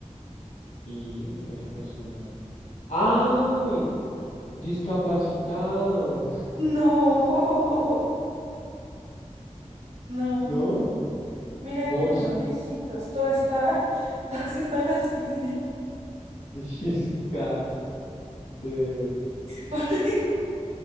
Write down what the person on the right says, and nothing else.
No, <laughs> no.
Mírale
los piecitos. Todo está, <laughs> todo está en las piecitas.
<laughs> Porque